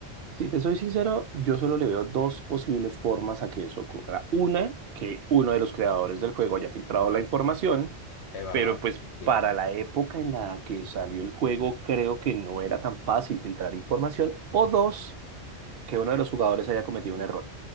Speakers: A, on the right; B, on the left.
A: Si te soy sincero, yo solo le veo dos posibles formas a que eso ocurra. Una, que uno de los creadores del juego haya filtrado la información,
B: Es verdad.
A: pero pues
B: Sí.
A: para la época en la que salió el juego creo que no era tan fácil filtrar información. O dos, que uno de los jugadores haya cometido un error.